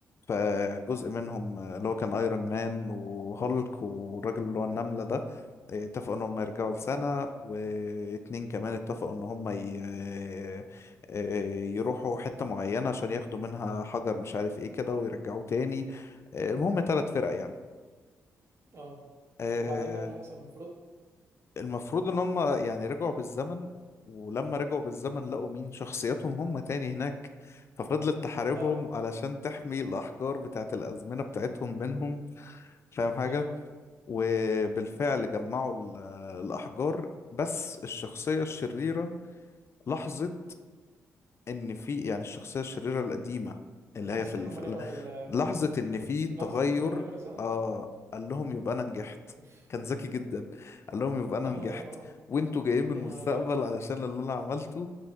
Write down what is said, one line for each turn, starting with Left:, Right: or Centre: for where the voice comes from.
Left: فجزء منهم آه، اللي هو كان ايرون مان وهولك والراجل اللي هو النملة ده آه، اتفقوا ان هم يرجعوا لسنة
Right: اه
Left: واتنين كمان اتفقوا ان هم ي... آه، آه، يروحوا حتة معينة عشان ياخدوا منها حجر مش عارف ايه كده ويرجعوه تاني آه، المهم تلات فرق يعني
Right: اه
Left: آه،
Right: وبعدين بقى اللي حصل المفروض
Left: المفروض ان هم يعني رجعوا بالزمن ولما رجعوا بالزمن لقوا مين شخصياتهم هم تاني هناك ففضلت تحاربهم
Right: اه اه
Left: علشان تحمي الأحجار بتاعت الأزمنة بتاعتهم منهم فاهم حاجة
Right: اه
Left: وبالفعل جمعوا ال- الأحجار بس الشخصية الشريرة لاحظت ان في يعني الشخصيه الشريره القديمه اللي
Right: لحظة
Left: هي في ال-
Right: ان هم
Left: في
Right: رجعوا
Left: ال-
Right: لل
Left: لحظه ان في تغير
Right: لحظة ان هم رجعوا للزمن
Left: آه قال لهم يبقى انا نجحت
Right: اوف
Left: كان ذكي جدا قال لهم يبقى انا
Right: اه
Left: نجحت
Right: اه
Left: وانتوا جايين من المستقبل
Right: يا نهار ابيض
Left: علشان اللي انا عملته